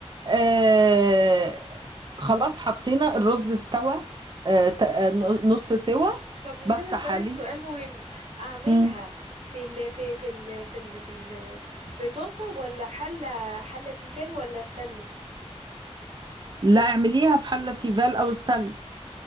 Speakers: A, on the right; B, on the right.
A: آه خلاص حطينا الرز استوى آه ت- آه، نص سوا
B: طب نسيت
A: بفتح
B: اسالك
A: عليه
B: سؤال مهم اعملها
A: مم.
B: في ال في في ال في ال في ال في طاسه ولا حله حله تيفال ولا استانلس
A: لا اعمليها في حلة تيفال او ستانلس